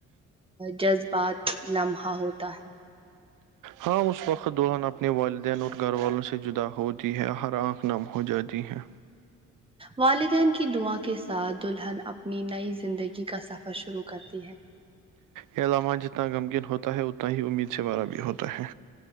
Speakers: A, on the right; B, on the right.
A: جذبات لمحہ ہوتا ہے
B: ہاں اس وقت دلہ اپنے والدین اور گھر والوں سے جدا ہوتی ہے ہر آنکھ نم ہو جاتی ہے
A: والدین کی دعا کے ساتھ دلہن اپنی نئی زندگی کا سفر شروع کرتی ہے
B: یہ لمحہ جتنا غمگن ہوتا ہے اتنا ہی امید سے بارا بھی ہوتا ہے